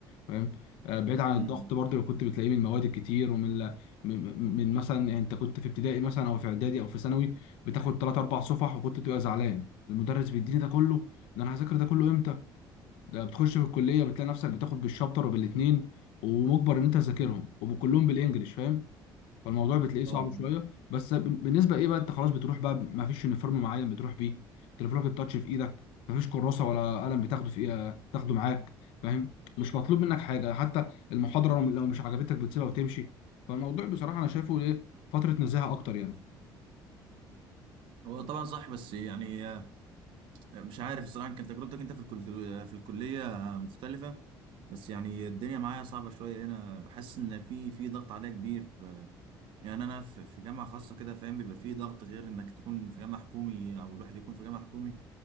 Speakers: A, on the left (about 85°); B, on the right (about 70°).
A: فاهم آه، بعيد عن
B: امم
A: الضغط برضه اللي كنت بتلاقيه من المواد الكتير ومن ل- من من مثلا يعني انت كنت في ابتدائي مثلا او في اعدادي او في ثانوي بتاخد ثلاث اربع صفح وكنت بتبقى زعلان المدرس بيديني ده كله ده انا هذاكر ده كله امتى ده بتخش في الكليه بتلاقي نفسك بتاخد بالشابتر وبالاثنين ومجبر ان انت تذاكرهم وكلهم بالانجلش فاهم فالموضوع بتلاقيه
B: اه
A: صعب شويه بس بن- بالنسبه ايه بقى انت خلاص بتروح بقى ما فيش يونيفورم معين بتروح بيه تليفونك التاتش في ايدك ما فيش كراسه ولا قلم بتاخده في ايه تاخده معاك فاهم مش مطلوب منك حاجه حتى المحاضره لو لو مش عجبتك بتسيبها وتمشي فالموضوع بصراحه انا شايفه ايه فتره نزاهه اكتر يعني
B: هو طبعا صح بس يعني مش عارف الصراحة كانت تجربتك انت في الكل... في الكلية مختلفة بس يعني الدنيا معايا صعبة شوية هنا بحس ان في في ضغط عليا كبير يعني انا في في جامعة خاصة كده فاهم بيبقى في ضغط غير انك تكون في جامعة حكومي او الواحد يكون في جامعة حكومي